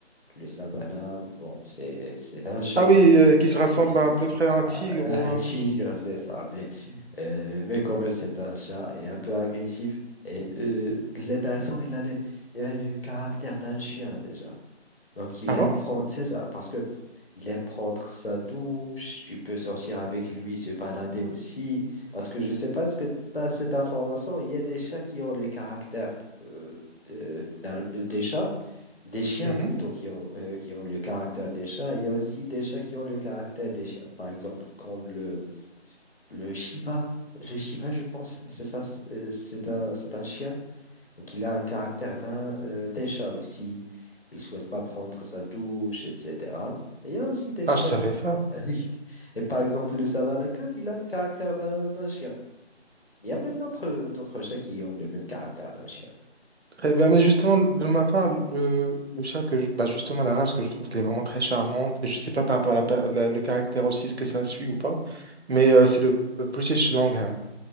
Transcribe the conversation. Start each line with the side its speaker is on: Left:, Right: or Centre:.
Left: Le Savannah, bon, c'est c'est un chat.
Right: Ah oui, euh, qui se rassemble
Left: Il,
Right: à, un peu près à un tigre.
Left: euh, un
Right: ou-
Left: tigre,
Right: euh,
Left: c'est ça. Mais, euh, mais quand même, c'est un chat. Il est un peu agressif. Et euh, l'intéressant, il a le, il a le caractère d'un chien déjà. Donc, il
Right: Ah
Left: aime
Right: bon?
Left: prendre, c'est ça, parce que il aime prendre sa douche. Tu peux sortir avec lui, se balader aussi. Parce que je sais pas ce que tu as cette information. Il y a des chats qui ont le caractère euh, de- d'un- des chats. Des chiens
Right: Mhm.
Left: plutôt qui ont, euh, qui ont le caractère des chats. Il y a aussi des chats qui ont le caractère des chiens. Par exemple, comme le, le Shiba. Le Shiba, je pense, c'est ça. C'est euh, c'est un, c'est un chien. qui a un caractère d'un euh, des chats aussi. Il ne souhaite pas prendre sa douche, etc. Et il y a aussi des
Right: Ah,
Left: chats.
Right: je savais
Left: qui-
Right: pas.
Left: <laughs> Ah oui. Et par exemple, le Savannah Cat, il a un caractère d'un d'un chien. Il y a même d'autres d'autres chats qui ont le même caractère d'un chien.
Right: Très bien. Mais justement, de ma part, le, le chat que je- bah justement, la race que je trouve qu'elle est vraiment très charmante. Je sais pas par rapport à la pa- la- le caractère aussi, ce que ça suit ou pas. Mais euh, c'est le le British Longhair.